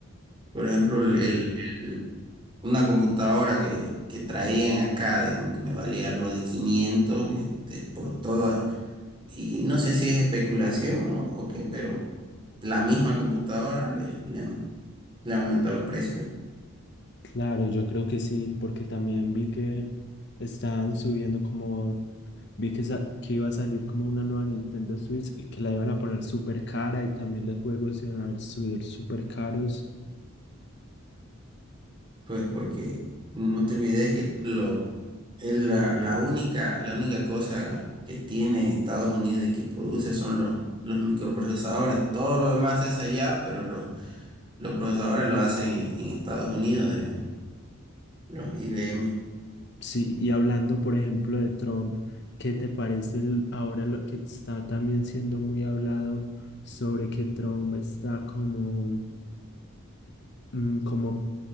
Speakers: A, on the right (about 20°); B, on the left (about 50°).
A: Por ejemplo,
B: Eh,
A: el, el- el- una computadora que, que traían acá, digamos, que me valía algo de quinientos este, por toda. Y no sé si es especulación o, o qué, pero la misma computadora le, le han, le han aumentado el precio.
B: claro, yo creo que sí, porque también vi que estaban subiendo como, vi que, sa- que iba a salir como una nueva Nintendo Switch y que la iban a poner súper cara y también los juegos iban a subir súper caros.
A: Pues porque no te olvides que lo, es la, la única, la única cosa que tiene Estados Unidos y que produce son los, los microprocesadores. Todo lo demás se hace allá, pero los, los procesadores lo hacen en, en Estados Unidos, digamos, los IBM.
B: Sí, y hablando, por ejemplo, de Trump, ¿qué te parece el- ahora lo que está también siendo muy hablado sobre que Trump está como mm, como